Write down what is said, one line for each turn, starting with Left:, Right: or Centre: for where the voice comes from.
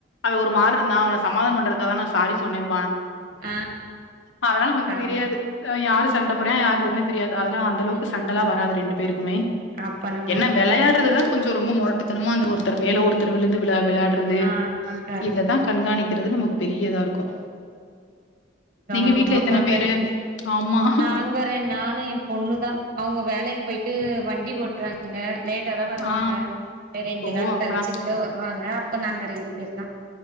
Left: அவன் ஒரு ப்புருந்தான் அவன சமாதானம் பண்டறக்கான நான் சாரி சொன்னேம்பான்.
Right: ஆ
Left: அதெல்லம் நமக்கு
Right: பரவால்ல
Left: தெரியாது, யாரு சண்ட போடுறன் யாருதனே தெரியாது. அதெல்லாம் அந்த அளவுக்கு
Right: டைம்
Left: சண்டலா
Right: பாப்பே
Left: வராது ரெண்டு பேருக்குமே
Right: அப்பனா பரவால்ல
Left: என்ன விளையாடுறதுதா கொஞ்சோம் ரொம்ப மொரட்டுத்தனமா அந்த ஒருத்தர் மேல ஒருத்தர் விழுந்து விலா வெளாடுறது
Right: ஆ கரெக்ட்
Left: இத தான் கண்காணிக்க இருறது நம பெரியதாருக்கும்,
Right: கவனமா
Left: நீங்க வீட்ல எத்தன
Right: பாத்து
Left: பேரு? ஆமா.
Right: நாங்க ரெண் நானு என் பொண்ணு தான் அவுங்க வேலைக்கு பொய்ட்டு வண்டி ஓட்றாங்க ங்க லேட்டா தான் வருவாங்க,
Left: ஆ.
Right: ரெண்டு
Left: ஓ!
Right: நாள்
Left: அப்பலாம்.
Right: கழிச்சு குட வருவாங்க அப்ப நாங்க ரெண்டு பேர் தான்.